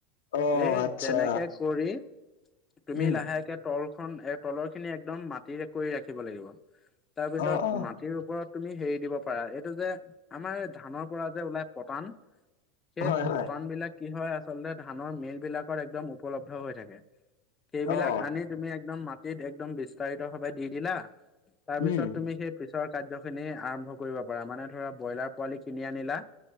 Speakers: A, on the left (about 85°); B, on the left (about 20°).
A: অ
B: এই
A: আচ্ছা।
B: তেনেকে কৰি তুমি
A: উম।
B: লাহেকে তল খন এ তলৰ খিনি একদম মাটিৰে কৰি ৰাখিব লাগিব তাৰপিছত
A: অ অ
B: মাটিৰ ওপৰত তুমি হেৰি দিব পাৰা এইটো যে আমাৰ ধানৰ পৰা যে ওলাই প্ৰতান সেই
A: হয় হয়
B: প্ৰতান বিলাক কি হয় আচলতে ধানৰ মেল বিলাকত একদম উপলব্ধ হৈ থাকে সেইবিলাক
A: অ
B: আনি তুমি একদম মাটিত একদম বিস্তাৰিত ভাৱে দি দিলা তাৰ
A: উম।
B: পিছত তুমি সেই পিছৰ কাৰ্য খিনি আৰম্ভ কৰিব পাৰা মানে ধৰা ব্ৰইলাৰ পোৱালি কিনি আনিলা